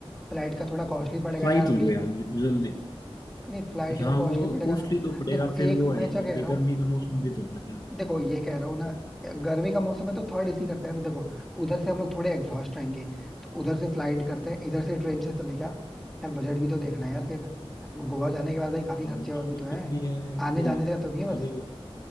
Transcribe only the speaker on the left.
फ्लाइट
ले लो यार जल्दी
यहाँ
वो
कॉस्टली
तो पड़ेगा
फिर
वो है
यार
अभी
गर्मी का मौसम भी तो है
हाँ
ये
दिक्कत
भी है अभी
अभी